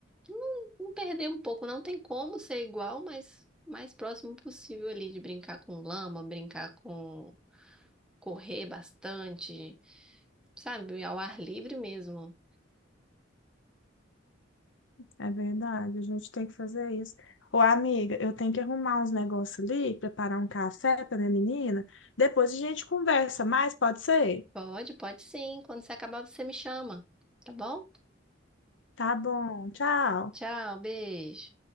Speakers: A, in the centre; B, on the left.
A: não, não perder um pouco. Não tem como ser igual, mas mais próximo possível ali de brincar com lama, brincar com correr bastante, sabe? Ao ar livre mesmo.
B: É verdade, a gente tem que fazer isso. Ô, amiga, eu tenho que arrumar uns negócios ali, preparar um café para minha menina. Depois a gente conversa mais, pode ser?
A: Pode, pode sim. Quando você acabar, você me chama, tá bom?
B: Tá bom, tchau.
A: Tchau, beijo.